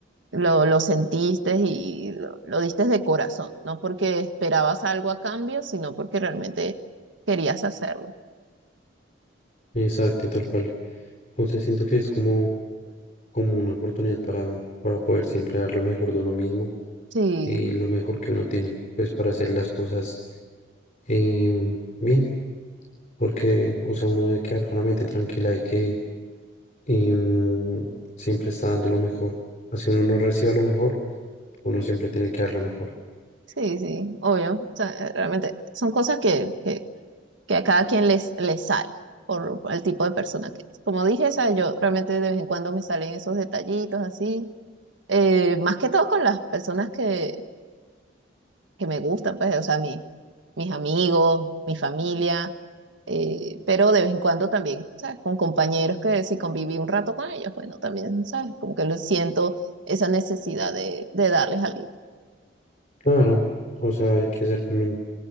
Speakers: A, on the right; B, on the left.
A: lo, lo sentiste y lo, lo diste de corazón, no porque esperabas algo a cambio, sino porque realmente querías hacerlo.
B: Exacto, tal cual. Entonces siento que es como, como una oportunidad para, para poder siempre dar lo mejor de uno mismo
A: Sí.
B: y lo mejor que uno tiene, pues para hacer las cosas em, bien, porque, o sea, uno debe quedar con la mente tranquila y que em, siempre está dando lo mejor. Así uno no reciba lo mejor, uno siempre tiene que dar lo mejor.
A: Sí, sí, obvio. O sea, eh, realmente son cosas que, que, que a cada quien les, les sale por, por el tipo de persona que es. Como dije, ¿sabes? Yo realmente de vez en cuando me salen esos detallitos así. eh, más que todo con las personas que, que me gustan, pues, o sea, mi- mis amigos, mi familia, eh, pero de vez en cuando también, ¿sabes? Con compañeros que si conviví un rato con ellos, bueno, también, ¿sabes? Como que lo siento esa necesidad de, de darles algo.
B: Claro, o sea, hay que ser también